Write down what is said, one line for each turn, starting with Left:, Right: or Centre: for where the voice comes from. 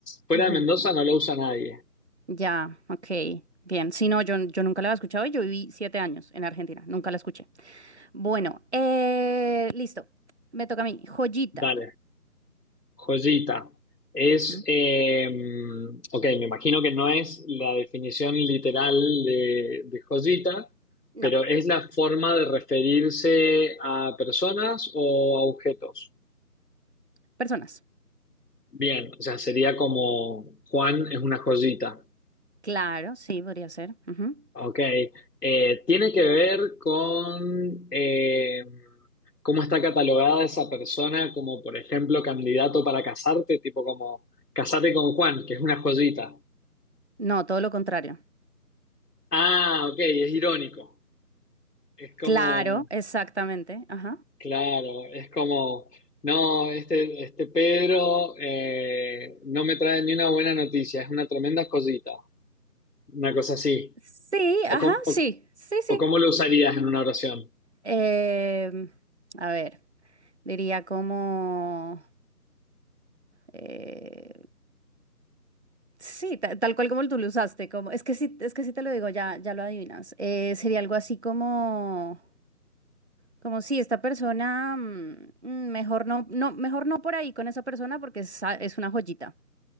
Left: fuera
Right: ujú,
Left: de Mendoza, no la usa nadie.
Right: Ya, ok. Bien, sí, no, yo, yo nunca la había escuchado y yo viví siete años en Argentina, nunca la escuché. Bueno, eh, listo. Me toca a mí. Joyita.
Left: Dale, joyita. Es,
Right: Ujú.
Left: eh, ok, me imagino que no es la definición literal de, de joyita,
Right: No,
Left: pero es la forma de referirse a personas o a objetos.
Right: personas.
Left: Bien, o sea, sería como Juan es una joyita.
Right: Claro, sí, podría ser. Ujú.
Left: Ok, eh, tiene que ver con eh, cómo está catalogada esa persona como, por ejemplo, candidato para casarte, tipo como casate con Juan, que es una joyita.
Right: No, todo lo contrario.
Left: Ah, ok, es irónico. Es como,
Right: Claro, exactamente. Ajá.
Left: claro, es como, no, este, este Pedro eh, no me trae ni una buena noticia, es una tremenda joyita, una cosa así.
Right: Sí,
Left: O,
Right: ajá,
Left: cómo- o
Right: sí, sí, sí.
Left: o cómo lo usarías en una oración.
Right: Em, a ver, diría como... eh, sí, ta- tal cual como tú lo usaste, como... Es que sí, es que sí te lo digo, ya, ya lo adivinas. Eh, sería algo así como... Como si esta persona, mm, mm, mejor no, no, mejor no por ahí con esa persona porque es, es una joyita.